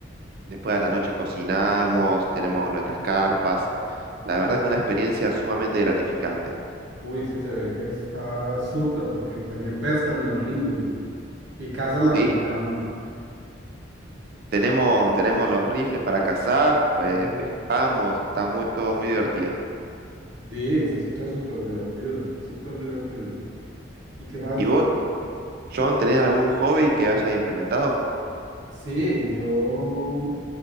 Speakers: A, on the right (about 50°); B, on the right (about 75°).
A: Después a la noche cocinamos, tenemos nuestras carpas. La verdad que una experiencia sumamente gratificante.
B: Uy, sí, se ve que está súper, porque también pescan, me imagino, y, y cazan la
A: Sí,
B: comida, ¿o no?
A: tenemos, tenemos los rifles para cazar, pues
B: Uh,
A: pescamos, está muy, todo muy divertido.
B: Sí, se escucha súper divertido, súper divertido. ¿Y qué más?
A: ¿Y vos, John, tenés algún hobby que hayas implementado?
B: Sí, yo